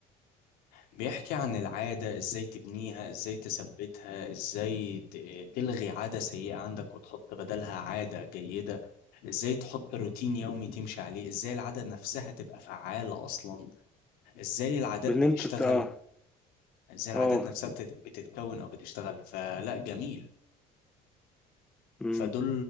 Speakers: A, on the left; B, in the centre.
A: بيحكي عن العاده ازاي تبنيها ازاي تثبتها ازاي ت- تلغي عاده سيئه عندك وتحط بدلها عاده جيده ازاي تحط روتين يومي تمشي عليه ازاي العاده نفسها تبقى فعاله اصلا ازاي العادات
B: بان
A: بتشتغل
B: انت ت- اه
A: ازاي العادات
B: اه
A: نفسها بتت- بتتكون او بتشتغل فلا جميل
B: امم
A: فدول